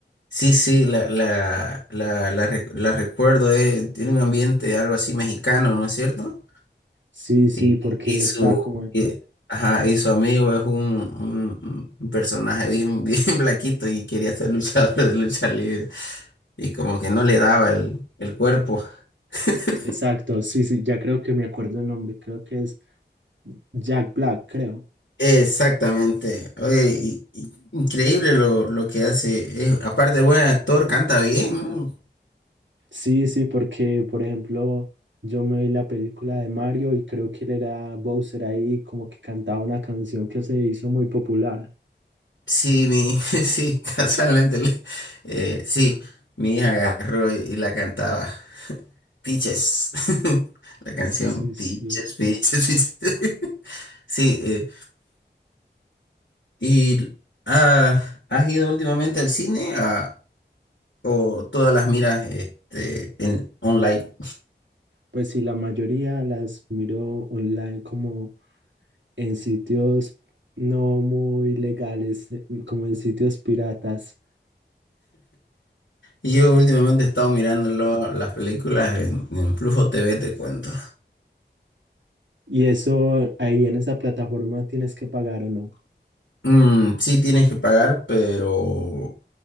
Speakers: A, on the left; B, on the right.
A: sí, sí, la, la, la, la, re- la recuerdo. eh, Tiene un ambiente algo así mexicano, ¿no es cierto?
B: Sí, sí,
A: Y,
B: porque
A: y
B: él
A: su,
B: está como en...
A: y- ajá, y su amigo es un, un- un personaje bien, <laughs> bien blaquito y quería ser luchador de lucha libre. Y como que no le daba el, el cuerpo. <laughs>
B: Exacto, sí, sí, ya creo que me acuerdo el nombre, creo que es Jack Black, creo.
A: Exactamente. Oye, y- y- increíble lo, lo que hace. Es- aparte, buen actor, canta bien. ¿no?
B: Sí, sí, porque por ejemplo, yo me vi la película de Mario y creo que él era Bowser ahí, como que cantaba una canción que se hizo muy popular.
A: Sí, mi, <laughs> sí, casualmente. le- eh, sí, mi hija agarró y, y la cantaba. Peaches. <laughs> La canción
B: Sí,
A: Peaches,
B: sí.
A: Peaches, Peaches. <laughs> Sí, eh, y ah, ¿has ido últimamente al cine ah, o todas las miras este, en online?
B: Pues sí, la mayoría las miro online como en sitios no muy legales, eh, como en sitios piratas.
A: Y yo últimamente he estado mirando lo- las películas en, en Flujo TV, te cuento.
B: Y eso ahí en esa plataforma tienes que pagar o no.
A: Mm, sí tienes que pagar, pero